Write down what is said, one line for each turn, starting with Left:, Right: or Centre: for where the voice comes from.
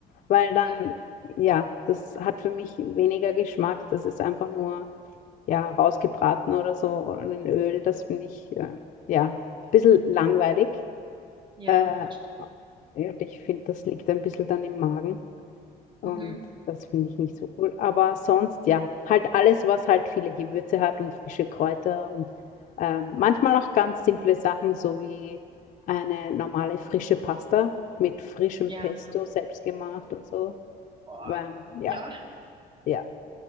Left: weil
Right: ja,
Left: dann, ja, das hat für mich weniger Geschmack. Das ist einfach nur, ja, rausgebraten oder so oder in Öl. Das finde ich, äh, ja, ein bisschen langweilig.
Right: ja,
Left: Äh,
Right: verstanden.
Left: und ich finde, das liegt ein bisschen dann im Magen. Und
Right: Mhm.
Left: das finde ich nicht so cool. Aber sonst, ja, halt alles, was halt viele Gewürze hat und frische Kräuter und ähm, manchmal auch ganz simple Sachen, so wie eine normale frische Pasta mit frischem
Right: Ja,
Left: Pesto selbst gemacht und so.
Right: boah.
Left: Ähm, ja,
Right: Ja,
Left: ja.